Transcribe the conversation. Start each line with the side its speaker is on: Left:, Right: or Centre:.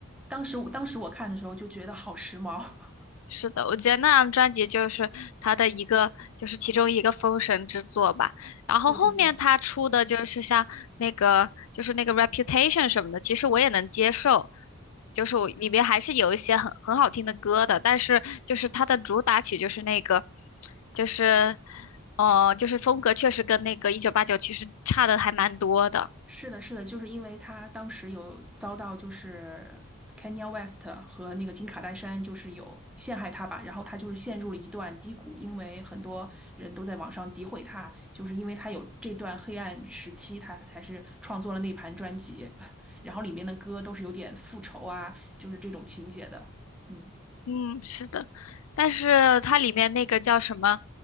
Centre: 当时我当时我看的时候就觉得好时髦。<laughs>
Left: 是的，我觉得那张专辑就是他的一个，就是其中一个封神之作吧。然后后面他出的就是像那个，
Centre: 对对对，
Left: 就是那个 Reputation 什么的，其实我也能接受，就是我里面还是有一些很很好听的歌的。但是就是他的主打曲就是那个，就是，呃，就是风格确实跟那个一九八九其实差的还蛮多的。
Centre: 是的，是的，就是因为他当时有遭到就是 Kanye West 和那个金卡戴珊就是有陷害他吧，然后他就是陷入了一段低谷，因为很多人都在网上诋毁他，就是因为他有这段黑暗时期，他才是创作了那盘专辑，<laughs> 然后里面的歌都是有点复仇啊，就是这种情节的，嗯。
Left: 嗯，是的，但是它里面那个叫什么，